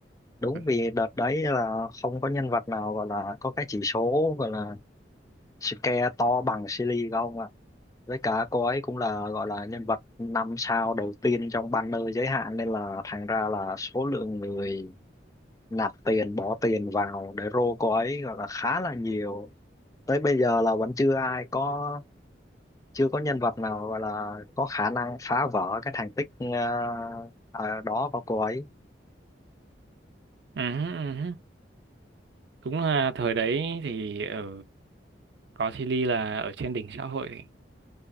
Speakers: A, on the left; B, on the right.
A: đúng
B: ừ.
A: vì đợt đấy là không có nhân vật nào gọi là có cái chỉ số gọi là scale to bằng Silly không ạ với cả cô ấy cũng là gọi là nhân vật năm sao đầu tiên trong banner giới hạn nên là thành ra là số lượng người nạp tiền bỏ tiền vào để rô cô ấy gọi là khá là nhiều tới bây giờ là vẫn chưa ai có chưa có nhân vật nào gọi là có khả năng phá vỡ cái thành tích ờ, ờ, đó của cô ấy
B: Ừ, ừ. đúng là thời đấy thì ở có Silly là ở trên đỉnh xã hội